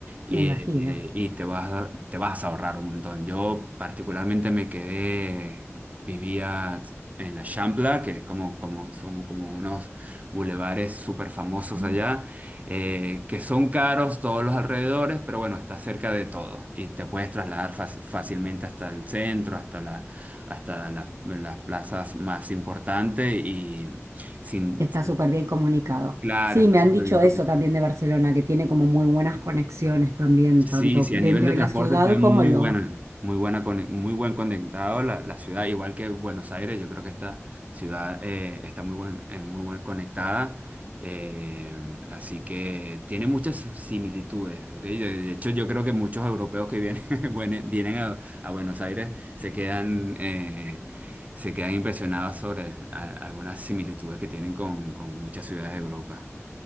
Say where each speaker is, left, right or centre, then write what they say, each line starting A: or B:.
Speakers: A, on the right; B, on the right.
A: eh,
B: me imagino.
A: y te vas, a- te vas a ahorrar un montón. Yo particularmente me quedé, vivía en la Champla, que es como, como, son como unos bulevares súper famosos
B: Mm.
A: allá, eh, que son caros todos los alrededores, pero bueno, está cerca de todo y te puedes trasladar fácil- fácilmente hasta el centro, hasta la hasta en las, en las plazas más importantes y sin,
B: Está
A: sin-
B: súper bien comunicado.
A: claro,
B: Sí,
A: está
B: me
A: súper
B: han dicho
A: bien
B: eso también de Barcelona, que tiene como muy buenas conexiones también,
A: Sí,
B: tanto
A: sí,
B: dentro
A: a nivel de
B: de
A: transporte
B: la ciudad
A: está muy
B: como los,
A: buena, muy buena, con- muy buen conectado la, la ciudad, igual que Buenos Aires, yo creo que esta ciudad eh, está muy buen, eh, muy buen conectada, eh, así que tiene muchas sus similitudes, ¿ok? De, de hecho, yo creo que muchos europeos que vienen, <laughs> vienen vienen a, a Buenos Aires se quedan, eh, se quedan impresionados sobre a- algunas similitudes que tienen con, con muchas ciudades de Europa.